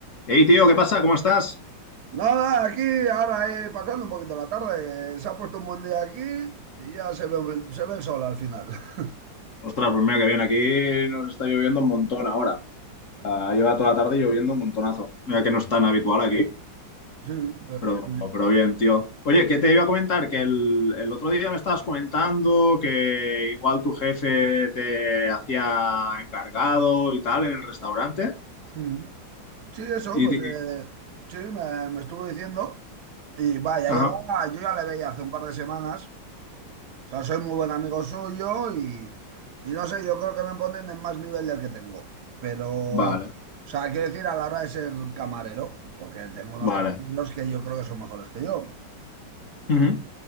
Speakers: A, on the left; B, on the right.
A: Hey, tío, ¿qué pasa? ¿Cómo estás?
B: Nada, aquí ahora eh, pasando un poquito la tarde, eh, se ha puesto un buen día aquí y ya se ve, se ve el sol al final. <laughs>
A: Ostras, pues mira que bien, aquí nos está lloviendo un montón ahora. Ah, lleva toda la tarde lloviendo un montonazo. Mira que no es tan habitual aquí,
B: Sí, eh, pues
A: pero,
B: sí.
A: pero bien, tío. Oye, ¿qué te iba a comentar? Que el, el otro día me estabas comentando que igual tu jefe te hacía encargado y tal en el restaurante.
B: Mm. Sí, eso,
A: Y,
B: pues
A: te- y-
B: eh, sí, me, me estuvo diciendo y vaya,
A: ajá.
B: llevaba, yo ya le veía hace un par de semanas, o sea, soy muy buen amigo suyo y, y no sé, yo creo que me ponen en más nivel del que tengo, pero, o
A: Vale,
B: sea, quiero decir, a la hora de ser camarero, porque tengo unos
A: vale.
B: compañeros que yo creo que son mejores que yo.
A: Ujú,